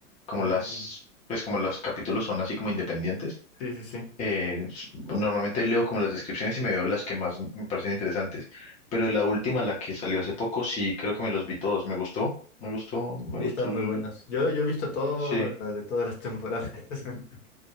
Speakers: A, on the left; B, on the left.
A: Como
B: Ah,
A: las,
B: entiendo.
A: pues como los capítulos son así como independientes,
B: Sí, sí, sí.
A: Eh, s- normalmente leo como las descripciones y me veo las que más m- me parecen interesantes, pero la última, la que salió hace poco, sí creo que me los vi todos, me gustó, me gustó, me
B: Sí,
A: gustó,
B: están
A: el-
B: muy buenas. Yo, yo he visto todas
A: sí.
B: las de todas las temporadas. <laughs>